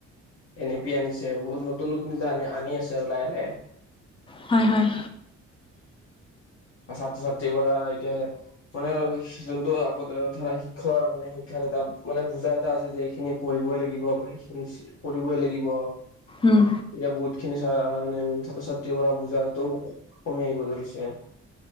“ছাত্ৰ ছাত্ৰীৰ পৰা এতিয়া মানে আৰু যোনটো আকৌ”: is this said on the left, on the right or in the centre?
Left